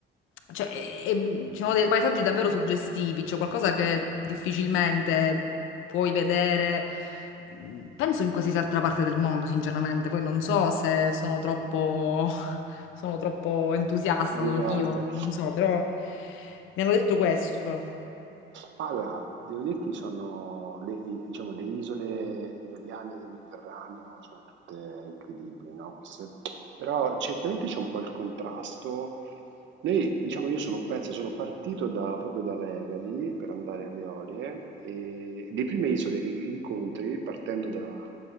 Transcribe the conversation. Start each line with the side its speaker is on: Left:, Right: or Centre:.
Left: cioè, e- e ci sono dei paesaggi davvero suggestivi, cioè qualcosa che difficilmente puoi vedere, penso in qualsiasi altra parte del mondo, sinceramente. Poi non so se sono troppo, <laughs> sono troppo entusiasta,
Right: Di
Left: non-
Right: parte.
Left: io non so, però mi hanno detto questo.
Right: Allora, devo dirti, sono le, i- diciamo, le isole italiane del Mediterraneo sono tutte incredibili, no? Queste- però certamente c'è un po' il contrasto. Noi, diciamo, io sono, penso, sono partito da- proprio dalle Egadi per andare alle Eolie e le prime isole che incontri partendo da,